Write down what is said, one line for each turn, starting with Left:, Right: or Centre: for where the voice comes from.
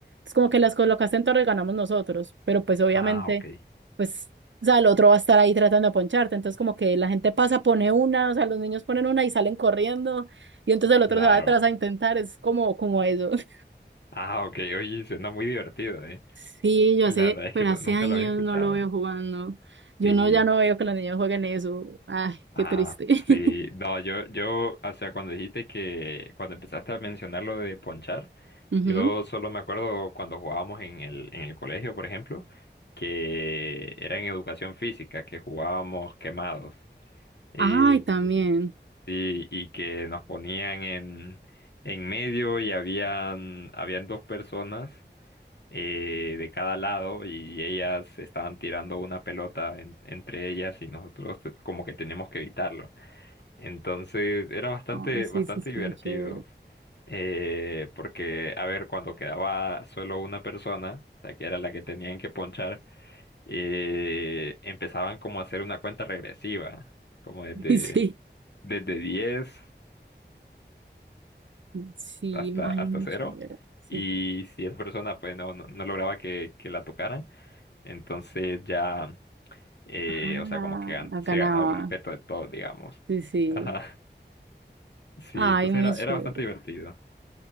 Right: Es como que las colocaste en torre, ganamos nosotros, pero pues obviamente
Left: ah, ok.
Right: pues, o sea, el otro va a estar ahí tratando de poncharte. Entonces, como que la gente pasa, pone una, o sea, los niños ponen una y salen corriendo, y entonces el
Left: Claro.
Right: otro se va detrás a intentar, es como, como eso. <laughs>
Left: Ah, ok. Oye, suena muy divertido, ¿eh?
Right: Sí, yo
Left: La
Right: sé,
Left: verdad es
Right: pero
Left: que nu-
Right: hace
Left: nunca
Right: años
Left: lo había escuchado.
Right: no lo veo jugando. Yo
Left: Sí.
Right: no, ya no veo que los niños jueguen eso. Ay, qué
Left: Ah,
Right: triste. <laughs>
Left: sí. No, yo, yo, o sea, cuando dijiste que, cuando empezaste a mencionar lo de ponchar,
Right: Ujú.
Left: yo solo me acuerdo cuando jugábamos en el, en el colegio, por ejemplo, que era en educación física, que jugábamos quemados. Eh,
Right: Ay, también.
Left: sí, y que nos ponían en, en medio y habían, habían dos personas eh, de cada lado y ellas estaban tirando una pelota en- entre ellas y nosotros como que teníamos que evitarlo. Entonces era bastante,
Right: Ay, sí,
Left: bastante
Right: sí, es
Left: divertido.
Right: muy chévere.
Left: eh, porque, a ver, cuando quedaba solo una persona, o sea, que era la que tenían que ponchar, eh, empezaban como a hacer una cuenta regresiva, como desde,
Right: <laughs> Sí,
Left: desde 10
Right: sí,
Left: hasta,
Right: ay,
Left: hasta
Right: muy
Left: cero
Right: chévere. Sí,
Left: Y
Right: sí.
Left: si esa persona pues no, no, no lograba que, que la tocaran, entonces ya, eh,
Right: Ah,
Left: o sea, como que gan-
Right: la
Left: se
Right: ganaba.
Left: ganaba el respeto de todos, digamos.
Right: Sí, sí.
Left: Ajá. Sí,
Right: Ay,
Left: entonces
Right: muy
Left: era,
Right: chévere.
Left: era bastante divertido.